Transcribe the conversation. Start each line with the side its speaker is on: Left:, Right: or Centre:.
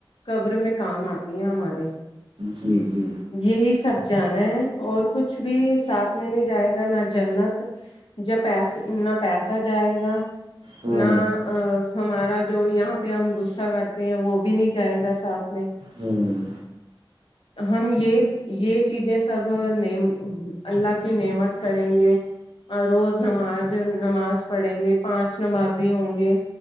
Left: قبر میں کام آتی ہیں ہمارے
Right: جی جی
Left: یہی سب جانے ہیں اور کچھ بھی ساتھ میں نہیں جائے گا نہ جنت جب پیس نہ پیسہ جائے گا
Right: ہاں
Left: نہ ا ہمارا جو یہاں پہ ہم غصہ کرتے ہیں وہ بھی نہیں جائے گا ساتھ میں
Right: ہوں
Left: ہم یہ یہ چیزیں سب ن اللہ کی نعمت کریں گے روز نماز نماز پڑھیں گے پانچ نمازی ہوں گے